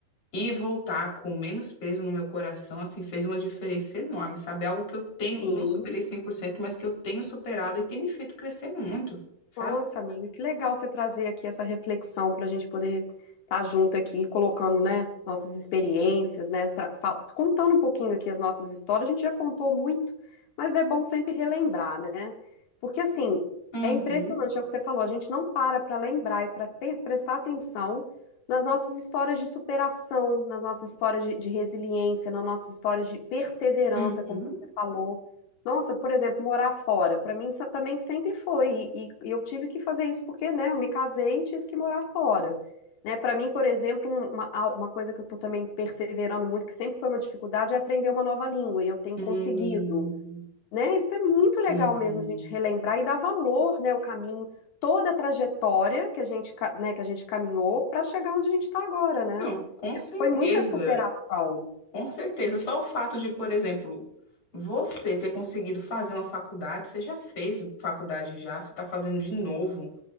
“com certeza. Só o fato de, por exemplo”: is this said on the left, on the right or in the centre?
Left